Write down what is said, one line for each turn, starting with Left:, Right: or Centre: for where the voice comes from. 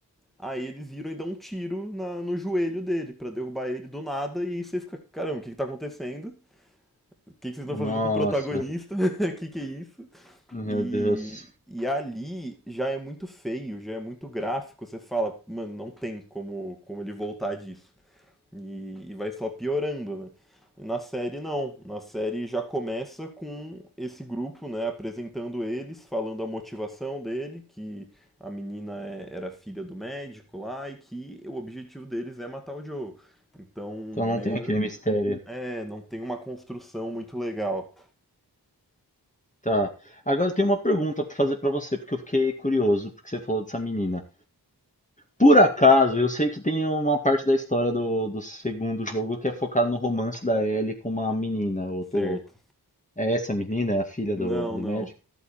Centre: Aí eles viram e dão um tiro na- no joelho dele pra derrubar ele do nada. E aí você fica, caramba, o que que tá acontecendo? O que que vocês estão
Left: Nossa,
Centre: fazendo com o protagonista? <laughs> O que que é isso?
Left: meu
Centre: E,
Left: Deus.
Centre: e ali já é muito feio, já é muito gráfico. Você fala, mano, não tem como, como ele voltar disso. E, e vai só piorando, né? Na série não, na série já começa com esse grupo, né, apresentando eles, falando a motivação dele, que a menina é- era filha do médico lá e que o objetivo deles é matar o Joe. Então, meio,
Left: Então não tem aquele mistério.
Centre: é, não tem uma construção muito legal,
Left: Tá. Agora tem uma pergunta pra fazer pra você, porque eu fiquei curioso, porque você falou dessa menina. Por acaso, eu sei que tem uma parte da história do, do segundo jogo que é focado no romance da Ellie com uma menina, ô,
Centre: certo?
Left: tô louco. É essa menina? É a filha
Centre: Não,
Left: do, do
Centre: não.
Left: médico?